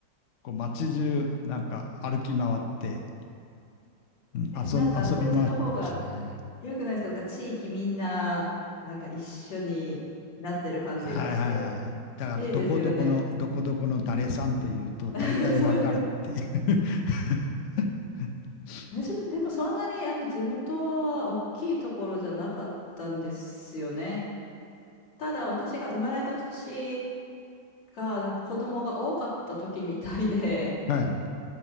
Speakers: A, on the left; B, on the left.
A: こう街中なんか歩き回って、うん、
B: あ、
A: 遊ん、
B: え、なんかそっちの方が
A: 遊び回ってましたね。
B: 良くないですかなんか地域みんな、なんか一緒になってる感じがして。
A: はいはいはい。だから、
B: いいですよね。
A: どこどこの、どこどこの誰さんというと、大体わかるっていう。
B: <laughs> そう。
A: <laughs>
B: 私も、でもそんなにあの地元は大きいところじゃなかったんですよね。ただ私が生まれた年が、なんか子供が多かった時みたいで、
A: はい。